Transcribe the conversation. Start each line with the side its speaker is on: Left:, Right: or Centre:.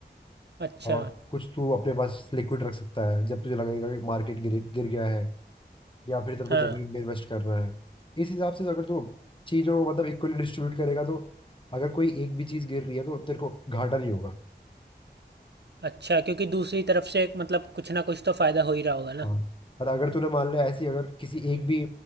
Right: अच्छा
Left: और कुछ तू अपने पास लिक्विड रख सकता है जब तुझे लगेगा कि मार्केट गिर गिर गया है या फिर तेरे को
Right: हाँ
Left: जमीन में इन्वेस्ट करना है इस हिसाब से अगर तू चीजों को मतलब इक्वली डिस्ट्रीब्यूट करेगा तो अगर कोई एक भी चीज गिर रही है तो तेरे को घाटा नहीं होगा
Right: अच्छा क्योंकि दूसरी तरफ से एक मतलब कुछ ना कुछ तो फायदा हो ही रहा होगा
Left: हाँ
Right: ना
Left: पर अगर तूने मान लिया ऐसी अगर किसी एक भी